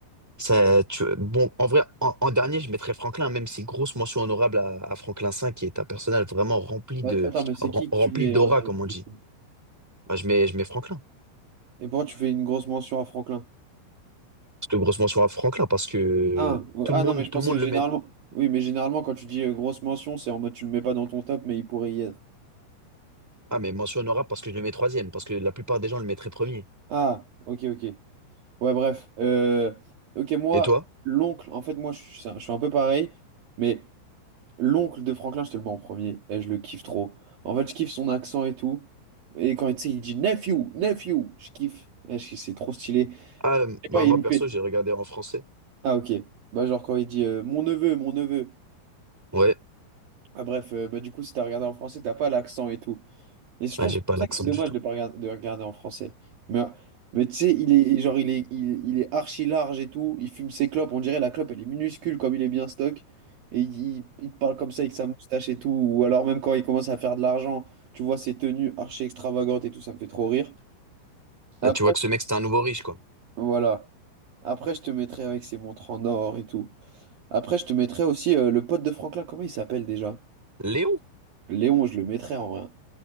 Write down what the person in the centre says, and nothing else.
Ça, tu... Bon, en vrai, en, en dernier, je mettrais Franklin, même si grosse mention honorable à, à Franklin V, qui est un personnage vraiment rempli
de,
rem-
rempli
d'aura,
comme on
dit.
Bah, je mets, je mets Franklin.
C'est une grosse mention à Franklin parce que
tout
le monde,
tout
le monde le
met.
Ah, mais mention honorable parce que je le mets troisième, parce que la plupart des gens le mettraient premier.
Et toi?
Ah, euh,
bah
moi
perso,
j'ai regardé en français.
Ouais,
Ah,
j'ai
pas
l'accent
du tout.
Là, tu vois que ce mec, c'est un nouveau riche, quoi.
Léon?